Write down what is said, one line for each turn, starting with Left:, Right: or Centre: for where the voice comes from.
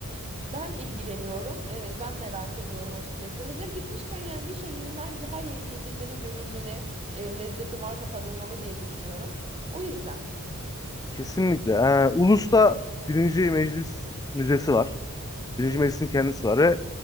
Right: Ben ilgileniyorum. e, ben merak ediyorum açıkçası. Hazır gitmişken yani bir şehrin bence her yeri gezilmeli, görülmeli, e, lezzeti varsa tadılmalı diye düşünüyorum. O yüzden.
Left: Kesinlikle. Ee, Ulus'ta Birinci Meclis Müzesi var. Birinci Meclis'in kendisi var ve